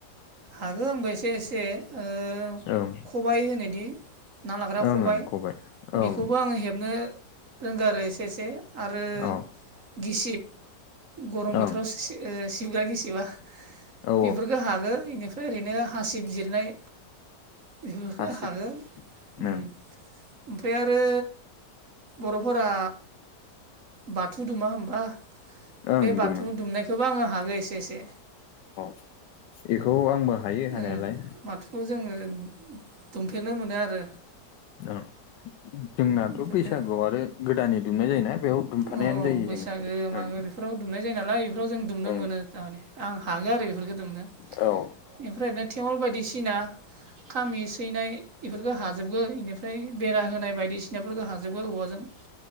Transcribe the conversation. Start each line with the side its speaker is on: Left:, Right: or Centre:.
Right: हागो आंबो एसे एसे ओ
Left: ओं
Right: खबाइ होनोदि ना लाग्रा
Left: ओं
Right: खबाय
Left: ओं ओं
Right: बेखौबो आङो हेबनो रोंगौ आरो एसे एसे आरो
Left: औ
Right: गिसिब गरम बोथोराव
Left: ओं
Right: सि सि ओ सिबग्रा गिसिबा
Left: औ
Right: बेफोरखौ हागोन इनिफ्राय ओरैनो हासिब जिरनाय बेफोरखौ
Left: हासिब
Right: हाङो उम
Left: ओं
Right: ओमफ्राय आरो बर'फोरा बाथौ दुमा होमबा
Left: ओं
Right: बे बाथौ
Left: दुमो
Right: दुमनायखौबो आङो हागोन एसे एसे
Left: अ एखौ आंबो हायो हानायालाय
Right: ओ माथुखौ जोङो दुमफेरनो मोनो आरो
Left: औ जोंनाथ'
Right: बेफोरखौ
Left: बैसागुआव आरो गोदानै दुमनाय जायोना बेयाव दुमफानायानो
Right: अ औ
Left: जायो
Right: बैसागो
Left: जों
Right: मागो
Left: ओं
Right: बेफोराव दुमनाय जायो नालाय बेफोराव जों दुमनो
Left: ओं
Right: मोनो थारमाने आं हागोन आरो बेफोरखौ दुमनो
Left: औ
Right: ओमफ्रायनो थेवल बायदिसिना खामि सैनाय बेफोरखौ हाजोबगो बेनिफ्राय बेरा होनाय बायदिसिनाफोरखौ हाजोबगो औवाजों <inaudible>